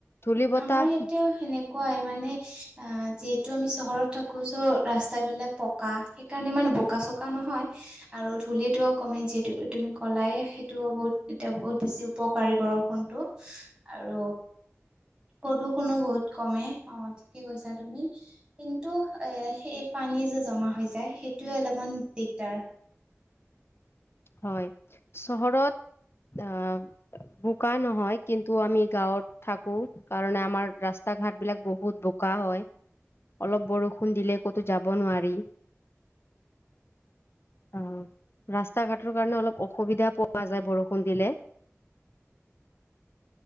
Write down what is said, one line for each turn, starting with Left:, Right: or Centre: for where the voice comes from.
Left: ধূলি বতাহ
Right: আমাৰ ইয়াতেও সেনেকুৱাই, মানে যে যটো আমি চহৰত থাকো, চ' ৰাস্তাবিলাক পকা, সেইকাৰণে ইমান বোকা চোকা নহয়, আৰু ধূলিতটো অ কমে যিহেত তুমি ক'লাই সেইটোও বহুত এতিয়া বহুত বেছি উপকাৰী বৰষুণটো, আৰু প্ৰদূষণো বহুত কমে, অ ঠিকে কৈছা তুমি, কিন্তু এ সেই পানী যে জমা হৈ যায়, সেইটোয়ে অলপমান দিগদাৰ।
Left: হয়, চহৰত, আহ বোকা নহয়, কিন্তু আমি গাঁৱত থাকো কাৰণে আমাৰ ৰাস্তা ঘাট বিলাক বহুত বোকা হয়। অলপ বৰষুণ দিলে ক'তো যাব নোৱা যি, অ' ৰাস্তা ঘাটৰ কাৰণে অলপ অসুবিধা পোৱা যায় বৰষুণ দিলে